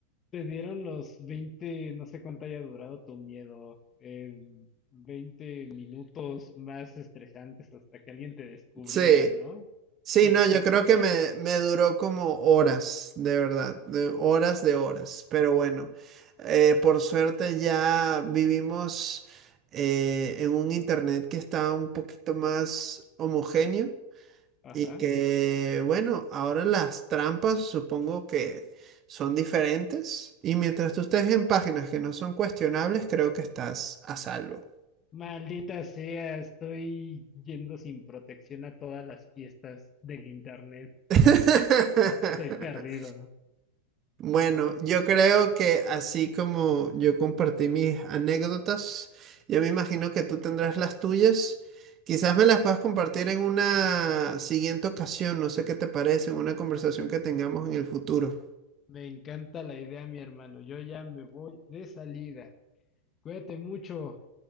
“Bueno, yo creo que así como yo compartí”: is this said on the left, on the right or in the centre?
Right